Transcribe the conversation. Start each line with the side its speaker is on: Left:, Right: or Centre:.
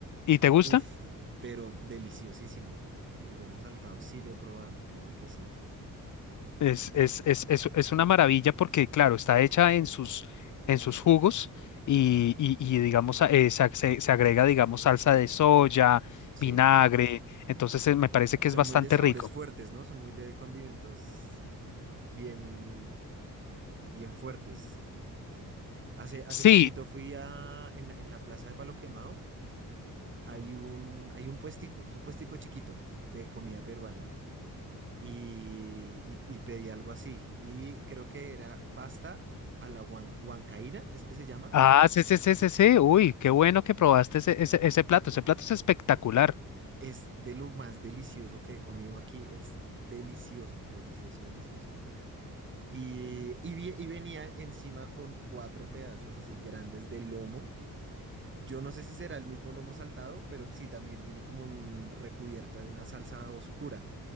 Left: ¿y te gusta?
Right: Uf, pero deliciosísimo. El lomo saltado sí lo he probado, claro que sí.
Left: Es, es, es, es, es una maravilla porque, claro, está hecha en sus, en sus jugos y, y, y digamos, a- eh, se, ag- se se agrega, digamos, salsa de soya,
Right: Sí.
Left: vinagre. Entonces eh, me parece
Right: Son
Left: que es bastante
Right: muy de sabores
Left: rico.
Right: fuertes, ¿no? Son muy de condimentos bien, bien fuertes. Hace, hace
Left: Sí,
Right: poquito fui a, en, la en la plaza de Palo Quemado, hay un, hay un puestico, es un puestico chiquito de comida peruana. Y, y- y pedí algo así. Y creo que era pasta a la huan- huancaína, es que se llama.
Left: ah, sí, sí, sí, sí, sí. Uy, qué bueno que probaste ese, ese, ese plato. Ese plato es espectacular.
Right: Es de lo más delicioso que he comido aquí. Es delicioso, delicioso, delicioso. Y, y vi- y venía encima con cuatro pedazos así grandes de lomo Yo no sé si será el mismo lomo saltado, pero sí también tiene como un recubierta de una salsa oscura,